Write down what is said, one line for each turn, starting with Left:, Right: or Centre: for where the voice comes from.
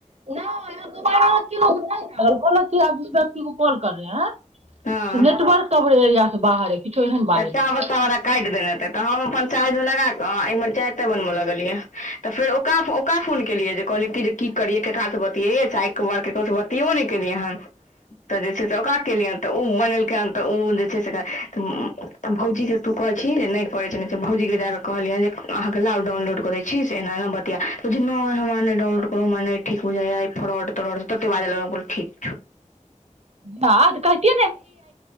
Right: नै हम दुबारा हम केलों कहलकौ नै आप जिस व्यक्ति को कॉल कर रहे है ह
Left: हँ
Right: नेटवर्क कबरेज एरीआ से बाहर किछो एहन बाजलक
Left: तऽ टावर तावर हमरा काट देना त हम चार्ज मे लगाक एमहर चाय ताय बनाबऽ लगलियै तऽ फेर ओक ओका फोन केलिये जे कहलियै की करियै ककरास से बतिएबो तऽ आइ बार ककरोसँ बतियो नहि केलियै हन तऽ जे छै से ओकरा केलियैनि तऽ ओ बनेलकै हन तऽ ओ जे छै से भौजी के तू कहैत छी जे नहि करैत छ भौजी के जाऽ कऽ कहलियै जे अहाँके लाउ डाउनलोड कऽ दय छी से एना एना बतिया तऽ कहै छै नै हमरा नए डाउनलोड करू हमरा नै ठीक बुझाय ऐ इ फ्रॉड ठीक छौ
Right: ह कहति